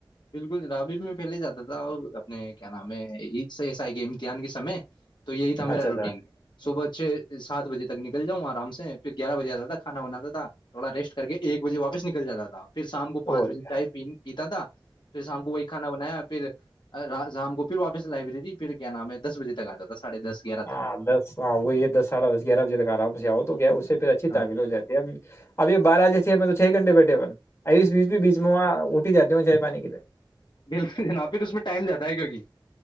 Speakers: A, on the left; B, on the left.
A: بالکل جناب ابھی بھی میں پہلے ہی جاتا تھا اور اپنے کیا نام ہے گ امتحان کے سمے تو یہی تیر
B: اچھا اچھا
A: روٹیین سوبت چھ سات بجے تک نکل جاؤں آرام سے پھر گیارہ بجے آا تھا کھانا بناتا تھا تھوڑا ریسٹ کر کے ایک بجے واپس نکل جاتا تھا پھر شام کو پانچ
B: اور
A: بجے
B: کیا
A: چائے پین پتا د پھر شام کو وہی کانا بنایا پھر شام کو پھر واپس سے لائبریری پھر کیا نام ہے دس بجے تک آتا تھا ساڑھے دس گیارہ تک
B: ہاں دس ہاں وہی دس ساھا دس گیارہ بجے تک آرام سے آؤ گیا اس سے پھر اچھی
A: ہاں
B: تعیل ہو جات ہے اب اب یہ بارہیسے چھ گھنٹے بیٹھے بن اس بیچ بھی بیچ میں وہاں پ جاتی ہوں چاہ پانی کے لیے
A: بالکل جناب پھر اس میں ٹائم جاتا ہے کیونکہ